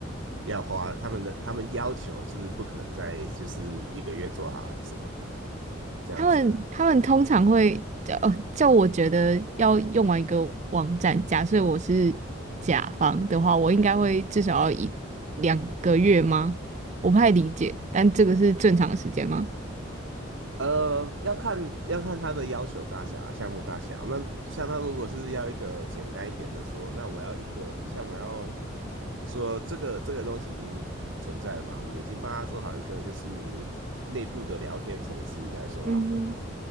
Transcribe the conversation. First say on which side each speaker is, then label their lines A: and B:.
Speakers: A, on the right; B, on the right.
A: 要花他们的他们要求是不可能在就是一个月做好还是什么的这样子。
B: 他们他们通常会叫哦叫我觉得要用完一个网站，假设我是甲方的话，我应该会至少要一两个月吗？我不太理解，但这个是正常的时间吗？
A: 呃，要看要看他的要求大小啊，项目大小。那像他如果是要一个简单一点的说，那我要一个像我要说这个这个东西已经存在了嘛，我们已经帮他做好一个就是内部的聊天程式来说好了。
B: 嗯嗯